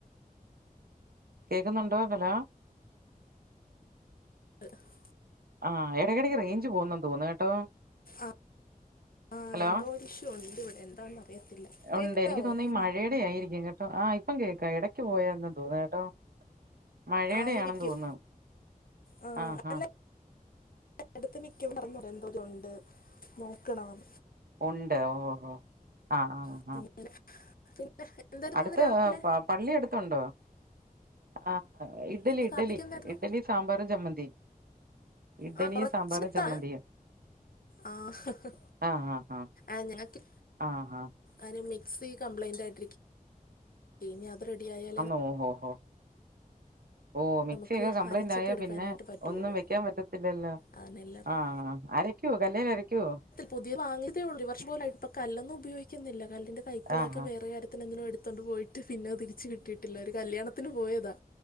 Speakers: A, on the right; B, on the left.
A: കേക്കുന്നുണ്ടോ ഹലോ
B: <inaudible>
A: ആ എടയ്ക്കടയ്ക്ക് റേഞ്ച് പോകുന്ന് തോന്നുന്നു കേട്ടോ
B: ആ ആ
A: ഹലോ
B: എന്തോ ഇഷ്യു ഉണ്ട് ഇവിടെ എന്താന്ന് അറിയത്തില്ല കേൾക്കാവോ
A: ഉണ്ട് എനിക്ക് തോന്നുന്നു ഈ മഴയുടെ ആയിരിക്കും കേട്ടോ ആഹ് ഇപ്പം കേൾക്കാ ഇടയ്ക്ക് പോയായി ര്ന്നു തോന്നുന്നു കേട്ടോ മഴയുടെയാണെന്ന്
B: ആയിരിക്കും
A: തോന്നാ
B: ആ,
A: ആഹ്
B: അല്ല
A: ആഹ്
B: അടുത്ത് മി <inaudible> എന്തോലും ഉണ്ട് നോക്കണം
A: ഉണ്ട് ഓ ഹോ ആ ആ
B: <inaudible>
A: അടുത്ത്
B: രാവിലെ
A: പ പള്ളി എടുത്തുണ്ടോ ആ ഇഡലി
B: ഇന്ന്
A: ഇഡ്ഡലി
B: കാപ്പിക്ക് എന്തായിരുന്നു
A: ഇഡലി സാമ്പാറും, ചമ്മന്തി ഇഡ്ഡലിയും
B: ആഹ് കൊറച്ച്ത്താ
A: സാമ്പാറും ചമ്മന്തിയും
B: ആഹ് ഹ ഹ
A: ആഹ് ആഹ് ആഹ്
B: അങ്ങനൊക്കെ
A: ആഹ് ആഹ്
B: അയ്ന് മിക്സി കംപ്ലൈന്റ് ആയിട്ടി ഇരിക്കാ ഇനി അത് റെഡി ആയാലേ
A: ഓ ഓ ഹോ ഓ മിക്സി
B: നമുക്ക്
A: ഒക്കെ കംപ്ലൈന്റ്
B: അരച്ചൊക്കെ
A: ആയ
B: എടുക്കാനായിട്ട്
A: പിന്നെ
B: പറ്റുള്ളൂ
A: ഒന്നും വെക്കാൻ പറ്റത്തില്ലല്ലോ
B: അതന്നെ എല്ലാർക്കും
A: ആഹ് അരക്കൂ കല്ലേല് അരയ്ക്കുവോ
B: പുതിയ വാങ്ങിയതേ ഉള്ളൂ ഒരു വർഷ പോല ആ ഇപ്പം കല്ലൊന്നും ഉപയോഗിക്കുന്നില്ല കല്ലിന്റെ കൈപ്പിളൊക്കെ
A: ആഹ്
B: വേറെ കാര്യത്തിനെ എന്തിനോ എടുത്ത് തോണ്ട് പോയിട്ട് പിന്നെ തിരിച്ച് കിട്ടിയിട്ടില്ല ഒരു കല്യാണത്തിന് പോയതാ